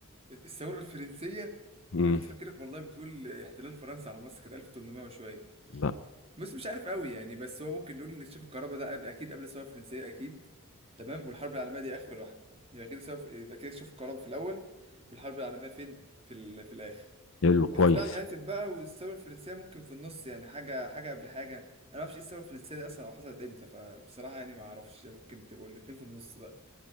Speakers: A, on the right (about 30°); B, on the left (about 65°).
A: الثورة الفرنسية
B: امم
A: أنا كنت فاكرك والله بتقول احتلال فرنسا على مصر كانت 1800 وشوية
B: لا
A: بس مش عارف قوي يعني بس هو ممكن نقول إن اكتشاف الكهرباء ده قبل أكيد قبل الثورة الفرنسية أكيد تمام والحرب العالمية دي آخر واحدة يبقى كده سوف... يبقى كده اكتشاف الكهرباء في الأول والحرب العالمية فين؟ في ال... في الآخر
B: يلا كويس
A: اختراع الهاتف بقى والثورة الفرنسية ممكن في النص يعني حاجة حاجة قبل حاجة أنا ما أعرفش إيه الثورة الفرنسية دي أصلا أو حصلت إمتى فبصراحة يعني ما أعرفش ممكن تبقوا الاتنين في النص بقى